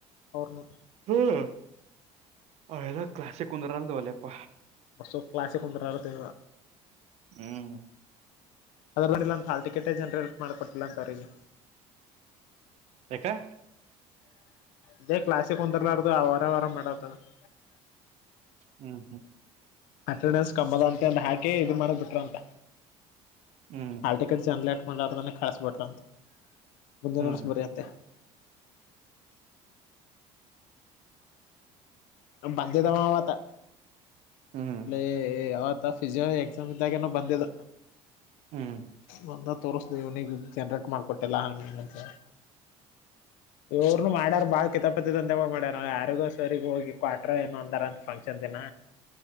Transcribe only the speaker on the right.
ಹ್ಮ ಅಲ್ಲ ಕ್ಲಸಿಕ ಕುಂದ್ರಲ್ಲ ಅದ ಒಲ್ಲಪ್ಪ.
ಹ್ಮ್
ಯಾಕೆ.
ಹ್ಮ್ ಹ್ಮ್
ಹ್ಮ್
ಹ್ಮ್
ಹ್ಮ್
ಹ್ಮ್